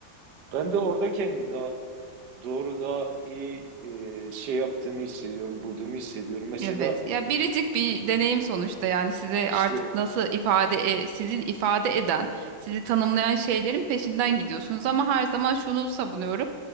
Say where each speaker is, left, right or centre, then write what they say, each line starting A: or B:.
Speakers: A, on the right; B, on the right.
A: ben de orada kendimi daha doğru daha iyi e, şey yaptığımı hissediyorum, bulduğumu hissediyorum. Mesela
B: Evet. Ya biricik bir deneyim sonuçta yani size
A: işte
B: artık nasıl ifade e, sizi ifade eden, sizi tanımlayan şeylerin peşinden gidiyorsunuz ama her zaman şunu savunuyorum.